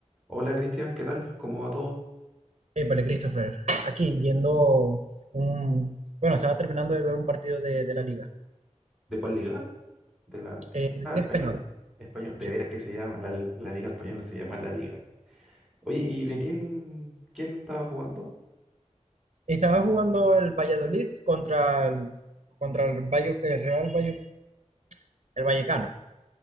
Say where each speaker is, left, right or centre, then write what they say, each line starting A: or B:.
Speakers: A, in the centre; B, on the right (about 65°).
A: Hola Cristian, ¿qué tal? ¿Cómo va todo?
B: Épale, Christopher, aquí viendo un, bueno, estaba terminando de ver un partido de, de la Liga,
A: ¿De cuál liga? De la...
B: eh, la
A: Ah,
B: Liga
A: española.
B: Española,
A: Español. De
B: sí,
A: veras que se llama, la, la liga española se llama la liga. Oye, ¿y
B: sí,
A: de quién,
B: sí.
A: quién estaba jugando?
B: Estaba jugando el Valladolid contra el, contra el, Valle- el Real Valle- el Vallecano.